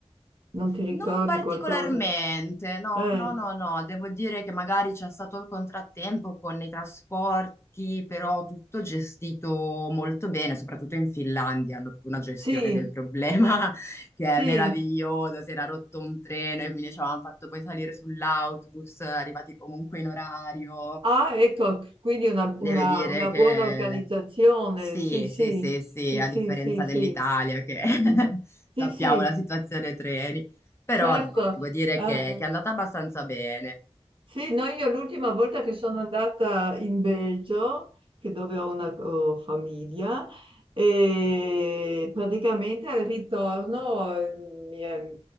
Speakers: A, on the right (about 50°); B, on the left (about 20°).
A: Non ti ricordi
B: Non particolarmente,
A: qualcosa?
B: no,
A: Eh,
B: no, no, no, devo dire che magari c'è stato il contrattempo con i trasporti, però tutto gestito molto bene, soprattutto in Finlandia hanno proprio una gestione
A: sì,
B: del problema <laughs> che è
A: sì.
B: meravigliosa, si era rotto un treno e quindi ci avevano fatto poi salire sull'autobus, arrivati comunque in orario,
A: Ah, ecco, quindi una,
B: deve
A: una-
B: dire
A: una
B: che
A: buona organizzazione.
B: sì,
A: Sì, sì,
B: sì, sì, sì,
A: sì,
B: a
A: sì,
B: differenza
A: sì, sì,
B: dell'Italia che <laughs>
A: sì,
B: sappiamo
A: sì,
B: la situazione treni, però
A: certo.
B: no, devo dire
A: Eh.
B: che, che è andata abbastanza bene.
A: Sì, no, io l'ultima volta che sono andata in Belgio, che dove ho una ho famiglia, e praticamente al ritorno, eh, mi è-